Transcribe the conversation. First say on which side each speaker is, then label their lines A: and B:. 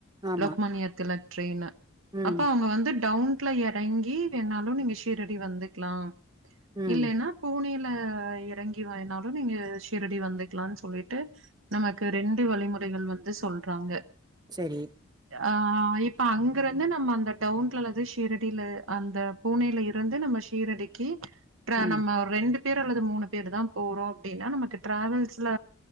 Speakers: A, on the right (about 20°); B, on the right (about 70°).
A: ஆமா
B: லோக்மான்னியத்துல ட்ரெயினு
A: ம்
B: அப்ப அவுங்க வந்து டவ்ன் ட்ல எறங்கி வேணாலு நீங்க ஷீரடி வந்துக்லா
A: ம்
B: இல்லேன்னா பூனேல அ எறங்கி வாயினாலு நீங்க ஷீரடி வந்துக் க்கலா சொல்லிட்டு நமக்கு ரெண்டு வழிமுறைகள் வந்து சொல்றாங்க
A: செரி
B: ஆ இப்ப அங்கருந்து நம்ம அந்த டவுன்லந்து ஷீரடில அந்த பூனேல இருந்து நம்ம ப்ப ஷீரடிக்கி ட்ரா
A: ம்
B: நம்ம ஒரு ரெண்டு பேரு அல்லது மூணு பேர் தா போறோ அப்டின்னா நமக்கு டிரவல்ஸ் ல